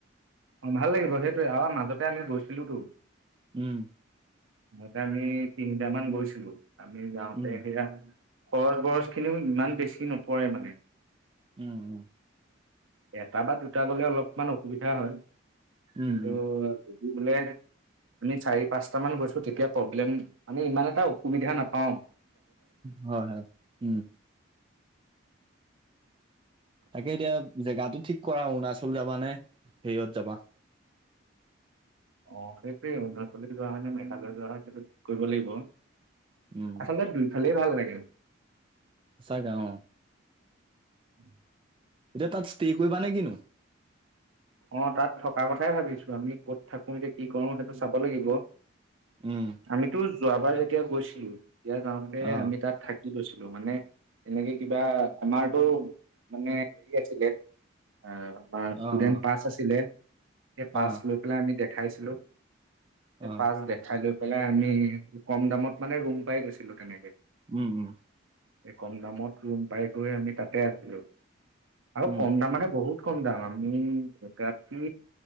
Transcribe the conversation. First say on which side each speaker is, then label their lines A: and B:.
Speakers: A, on the right (about 75°); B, on the right (about 25°).
A: অ ভাল লাগিব সেইটোয়ে, আৰ মাজতে আমি গৈছিলোতো।
B: উম।
A: মুঠ আমি তিনিটামান গৈছিলো। আমি গাওঁতে
B: উম,
A: সেয়া, খৰচ বৰচ খিনিও ইমান বেছি নপৰে মানে।।
B: উম উম
A: এটা বা দুটা। দুটা গলে অলপমান অসুবিধা হয়
B: উম,
A: কিন্তু,
B: উম,
A: বোলে আমি চাৰি পাঁচটা মান গৈছো তেতিয়া প্ৰব্লেম আমি ইমান এটা অসুবিধা নাপাও,
B: হয় হয় উম। তাকে এতিয়া জেগাতটো ঠিক কৰা অৰুণাচল যাবা নে হেৰিয়ত যাবা।
A: অ সেইটোৱে অৰুণাচলে যোৱা হয় নে, মেঘালয় যোৱা হয় সেইটো ঠিক কৰিব লাগিব।
B: উম,
A: আচলতে দুইফালে ভাল। তাকে।
B: আ গাঁওৱ <unintelligible>
A: উ <unintelligible>
B: এতিয়া তাত, ষ্টে কৰিবা নে কিনো?
A: অ তাত থ <unintelligible> তাৰ কথাই ভাবিছো, ।আমি কত থাকো এতিয়া কি কৰো সেইটো চাব লাগিব
B: উম,
A: আমিতো যোৱাবাৰ যেতিয়া গৈছিলো তেতিয়া গাঁৱতে
B: অ',
A: আমি তাত থাকি লৈছো মানে এনেকে কিবা আমাৰতটো মানে হেৰি আছিলে অ আমাৰ ষ্টুডেন্ট
B: অ',
A: পাছ আছিলে এই পাছ
B: অ',
A: লৈ পেলাই আমি দে খাইছিলো সেই
B: অ',
A: পাছ দেখাই লৈ পেলাই আমি কম দামত মানে ৰুম পাই গৈছিলো তেনেকে
B: উম উম
A: কম দামত ৰুম পাই গৈ আমি তাতে আছিলো
B: উম,
A: কম দাম মানে বহুত কম দাম আমি একাতি